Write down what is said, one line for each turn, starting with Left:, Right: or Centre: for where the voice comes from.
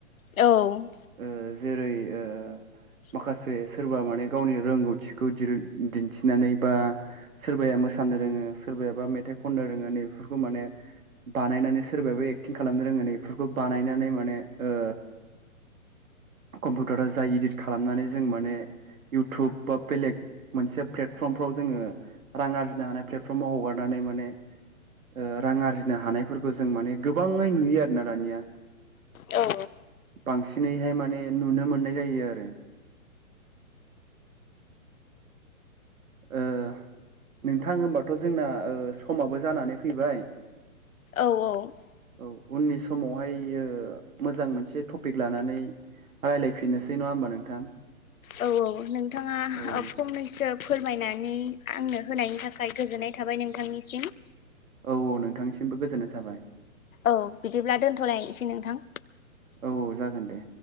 Left: औ
Right: ओ जेरै ओ
Left: <inaudible>
Right: माखासे सोरबा माने गावनि रोंगौथिखौ दिरुन दिन्थिनानै बा सोरबाया मोसानो रोङो सोरबाबा मेथाइ खनो रोङो नै बेफोरखौ माने बानायनानै सोरबाबो एक्टिं खालामनो रोङो। नै इफोरखो बानायनानै माने ओ कम्पिउटारा जाय इदिट खालामनानै जों माने इउटुब बा बेलेग मोनसे प्लेटफर्मफोराव जोङो रां आरजिनो हानाय प्लेटफर्माव हगारनानै माने ओ रां आरजिनो हानायफोरखौ जों माने गोबाङै नुयो आरो ना दानिया।
Left: औ
Right: बांसिनैहाय माने नुनो मोननाय जायो आरो। ओ नोंथां होमबाथ' जोंना ओ समाबो जानानै फैबाय।
Left: औ औ
Right: औ उननि समावहाय ओ मोजां मोनसे टपिक लानानै रायलायफिननोसै नङा होमबा नोंथां।
Left: औ नोंथाङा
Right: औ
Left: ओ फंनैसो फोरमायनानै आंनो होनायनि थाखाय गोजोननाय थाबाय नोंथांनिसिम।
Right: औ औ नोंथांनिसिमबो गोजोननाय थाबाय।
Left: औ बिदिब्ला दोन्थ'लायनोसेै नोंथां।
Right: औ औ जागोन दे।